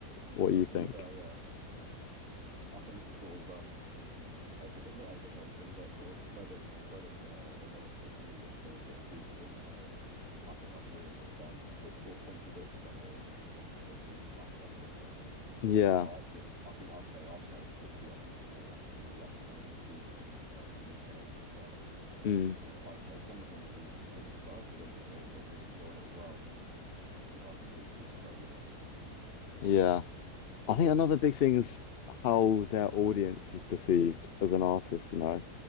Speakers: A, on the left; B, on the right.
A: what
B: No,
A: you
B: to
A: think.
B: be fair, yeah. I think sort of um educate not educating, but sort of spreading spreading the the knowledge of the music to sort of people that you know, I think that's really good fun, which sort of contradicts the whole sort of unique aspect of it.
A: Yeah.
B: But I do, I think I've played I've played sort of the uh, some more some more less known people to my friends at university as well.
A: Mm.
B: And they've- I'd say some of them have even been converted and they they, they really enjoy it as well, which I think is is so good.
A: Yeah. I think another big thing is how their audience is perceived as an artist,
B: Mm,
A: you know.